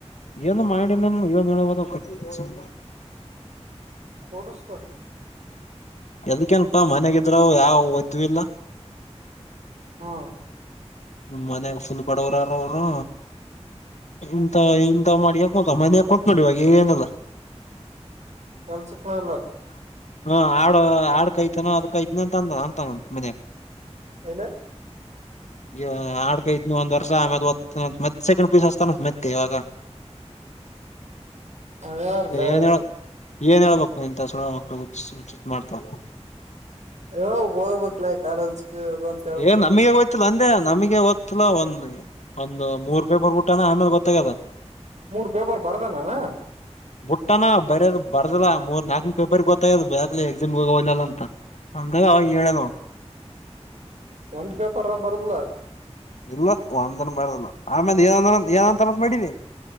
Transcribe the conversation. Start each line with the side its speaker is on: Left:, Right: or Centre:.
Left: ಏನು ಮಾಡಿ ನನು ಇನ್ ಹೇಳ್ಬೇಕು ಸುಮ್
Right: ಕೂಡಸ್ತಾ
Left: ಎದಕನಪಾ ಮನೆಗಿದ್ರಾವ ಯಾವ ಒತುವಿಲ್ಲ.
Right: ಹಾ
Left: ಹ್ಮ್ ಮನ್ಯಾಗ ಫುಲ್ ಬರೊವರಾರು ಅವರು ಇಂತ ಇಂಥ ಮಾಡಗ ಕೋತ ಮಾನ್ಯ ಕೂತ್ ನೋಡಿ ಇವಾಗ ಏನಲ್ಲ
Right: ಕೆಲ್ಸಕ್ ವಲ್ಲ
Left: ಹಾ ಆಡು ಆಡು ಕಾಯತಾನ ಅದ ಕಾಯತನ ಅಂತ ತ ಅಂದ ಅಂತಾನ ಮನಿ
Right: ಏನ
Left: ಈ ಆಡ್ ಕೈಐತ್ನ ಒಂದ್ ವರ್ಷ ಆ ಮತ್ತ್ ಸೆಕಂಡ್ ಪೀಸ್ ಹಚ್ಚತನ ಅಂತ ತ್ ಮೆತ್ ಕೈ ಇವಾಗ
Right: ಅವರ್ ಯಾರಲ್ಲೆ
Left: ಏನ್ ಹೇಳ ಏನ್ ಹೇಳ್ಬೇಕು ಇಂತ ಸುಳೆ ಮಕ್ಳು ಹುಚ್ ಮಾಡ್ತಾ
Right: ಹ ಹೋಗ್ಬೇಕ್ಲ ಕಾಲೇಜ್ ಅಂತ ಹೇಳ್ಬೇಕ
Left: ಏನ್ ನಮಗ ಹೋಯ್ತಿಲ್ಲ ಅ ಅ ನಮಗೆ ಗೊತ್ತಿಲ್ಲ ಒಂದ್ ಒಂದು ಮೂರ್ ಪೇಪರ್ ಬಿಟ್ಟಾನ ಆಮೇಲೆ ಗೊತ್ತಾಗದೆ
Right: ಮೂರ್ ಪೇಪರ್ ಬರ್ದನಾನ
Left: ಬುಟ್ಟನಾ ಬರ್ಯದ್ ಬರ್ದಾ ಮೂರ್ ನಾಲ್ಕ್ನ ಪೇಪರ್ ಗೊತ್ತಾಗದ ಬಕ್ ಎಕ್ಸಾಮಗೆ ಹೋಗ ಹೋಗಲಲ್ಲ ಅಂತ ಅಂದ್ರೆ ಅವಾಗ ಹೇಳ್ಯಾನ್.
Right: ಒಂದ್ ಪೇಪರ್ ಬರ್ದಲ
Left: ಇಲ್ಲ ಒಂದನ್ ಬಾರಲ್ಲ ಆಮೇಲೆ ಏನ್ ಏನೊಂತರ ಅಂತಾನೆ ಮಾಡಿನಿ